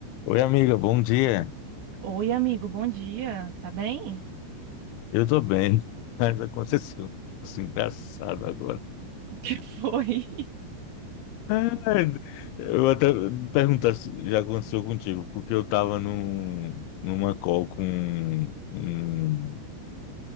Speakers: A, on the left; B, on the right.
A: Oi, amiga, bom dia.
B: Oi, amigo, bom dia. Tá bem?
A: Eu tô bem, <laughs> mas aconteceu um negócio engraçado agora.
B: O que foi?
A: Ai, Eu até perguntar se já aconteceu contigo, porque eu tava num, numa call com um, um